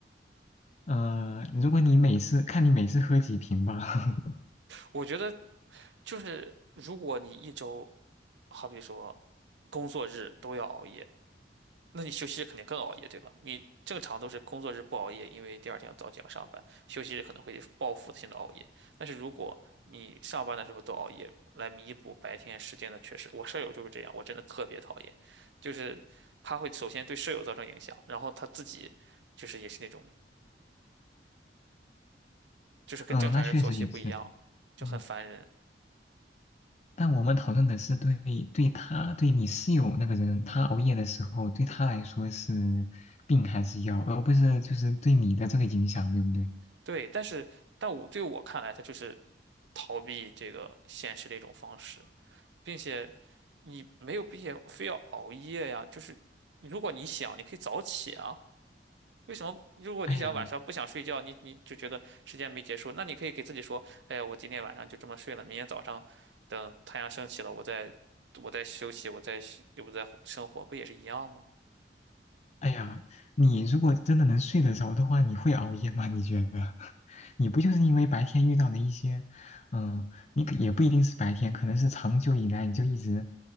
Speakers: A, on the left (about 40°); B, on the right (about 80°).
A: 呃，如果你每次看你每次喝几瓶吧，<laughs>
B: 我觉得就是，如果你一周好比说工作日都要熬夜，那你休息日肯定更熬夜，对吧？你正常都是工作日不熬夜，因为第二天要早起要上班，休息日可能会报复性的熬夜。但是如果你上班的时候都熬夜，来弥补白天时间的缺失，我舍友就是这样，我真的特别讨厌，就是他会首先对舍友造成影响，然后他自己就是也是那种就是跟正常人作息不一样，
A: 嗯，那确实也是，
B: 就很烦人。
A: 嗯，但我们讨论的是对对他对你室友那个人，他熬夜的时候对他来说是病还是药，而不是就是对你的这个影响，对不对？
B: 对，但是但我对我看来，他就是逃避这个现实的一种方式。并且你没有必要非要熬夜呀。就是如果你想，你可以早起啊。为什么如果你想晚上不想睡觉，
A: 哎呀，
B: 你你就觉得时间没结束，那你可以给自己说，哎呀，我今天晚上就这么睡了，明天早上等太阳升起了，我再我再休息，我再又不再生活，不也是一样吗？
A: 哎呀，你如果真的能睡得着的话，你会熬夜吗？你觉得？<laughs> 你不就是因为白天遇到了一些，嗯、你可也不一定是白天，可能是长久以来你就一直，